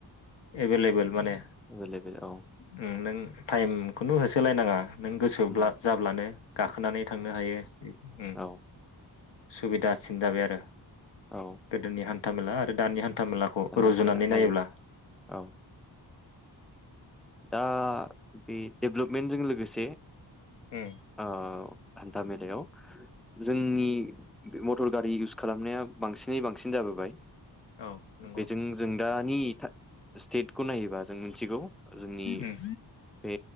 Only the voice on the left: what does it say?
एभेलेबेल माने।
उम नों टाइम खुनु होसोलायनाङा। नों गोसोब्ला
जाब्लानो गाखोनानै थांनो हायो उम।
सुबिदासिन जाबाय आरो।
गोदोनि हान्थ न्थामेला आरो दानि हान हान्थामेलाखौ
रुजुनानै
नायोब्ला
उम
औ नंगौ
उम